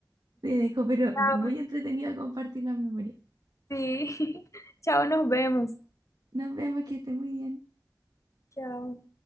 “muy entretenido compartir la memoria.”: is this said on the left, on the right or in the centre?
Right